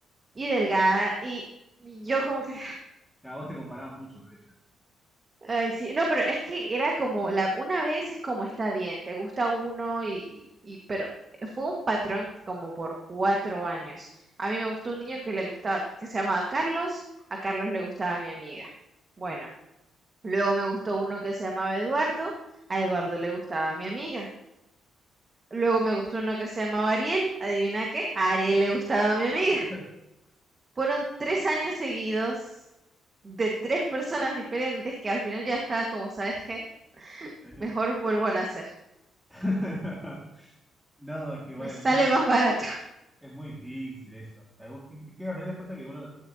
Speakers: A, on the right; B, in the centre.
A: y delgada, y y yo como que
B: a vos te comparabas mucho con ella.
A: Ay, sí, no, pero es que era como la una vez es como está bien, te gusta uno y, y pero fue un patrón como por cuatro años. A mí me gustó un niño que le gustaba, que se llamaba Carlos, a Carlos le gustaba mi amiga. Bueno, luego me gustó uno que se llamaba Eduardo, a Eduardo le gustaba mi amiga. Luego me gustó uno que se llamaba Ariel, adivina qué, a Ariel le gustaba mi amiga.
B: <laughs>
A: Fueron tres años seguidos de tres personas diferentes que al final yo ya estaba como, ¿sabes qué?
B: Tenés que-
A: Mejor vuelvo a nacer.
B: <laughs> No, es que bueno,
A: Me sale
B: eso es,
A: más barato. <laughs>
B: es muy difícil eso. O sea, vos que- que al final te das cuenta que uno,